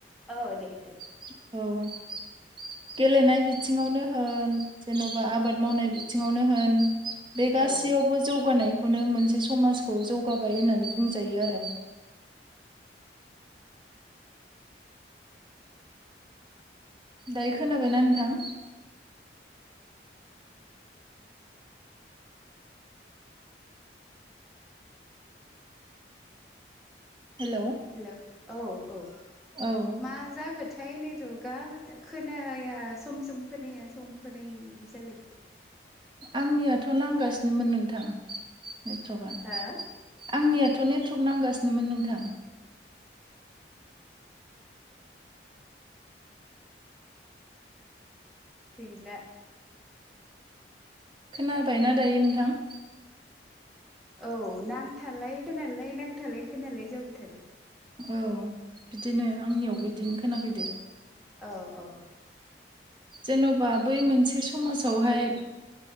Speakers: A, in the centre; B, on the right.
A: औ दे दे
B: औ गेलेनाय बिथिङावनो होन जेनबा आबाद मावनाय बिथिंआवनो होन बे गासैयावबो
A: औ
B: जौगानायखौनो मोनसे समाजखौ जौगाबाय होननानै बुंजायो आरो दायो खोनाबायना नोंथां हेलौ
A: हेलौ औ औ
B: औ
A: मा जाखो थो थाय नेटवर्कआ खोनाया सम सम खोनाया सम खोनायो इदि जालायबाय
B: आंनियाथ' नांगासिनोमोन नोंथां नेटवर्कआ
A: हो
B: आंनि आथ नेटवर्क नांगासिनोमोन नोंथां
A: गैला
B: खोनाबायना दायो नोंथां
A: औ नांथालाय खोनालाय नांथालाय खोनालाय जाबाय थादो
B: औ बिदिनो आंनियावबो इदिनो खोनाफैदो
A: औ अ
B: जेन'बा बै मोनसे समाजावहाय